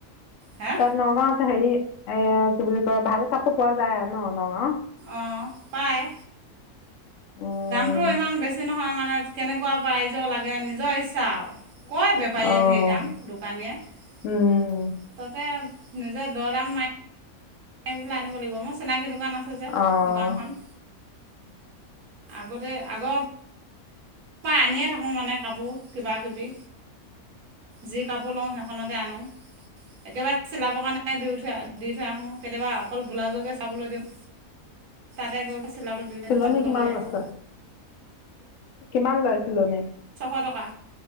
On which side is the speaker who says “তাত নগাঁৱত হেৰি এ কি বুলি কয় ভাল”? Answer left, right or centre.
Left